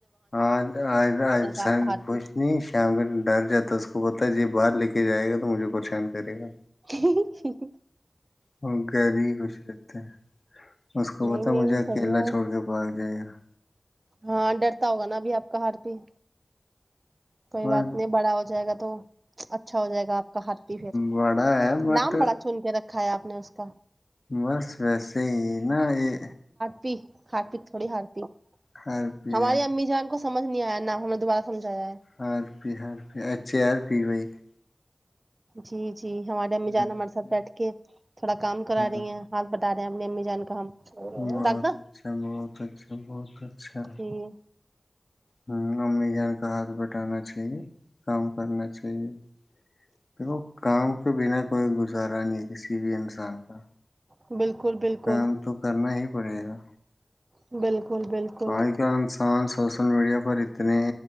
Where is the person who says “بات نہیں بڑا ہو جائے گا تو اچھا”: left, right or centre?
Right